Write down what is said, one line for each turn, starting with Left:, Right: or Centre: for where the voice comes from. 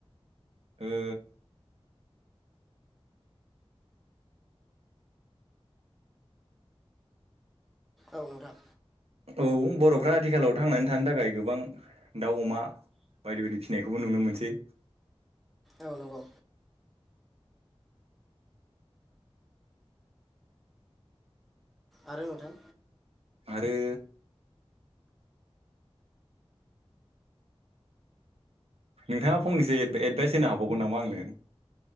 Right: ओ
Centre: औाव नोंथां
Right: औ बर'फ्रा आथिखालाव थांनानै थानो थाखाय गोबां दाउ अमा बायदि बायदि फिनायखौबो नुनो मोनसै
Centre: औ नंगौ आरो नोंथां
Right: आरो नोंथाङा फंनैसो एडभाइस होनो हाबावगोन नामा आंनो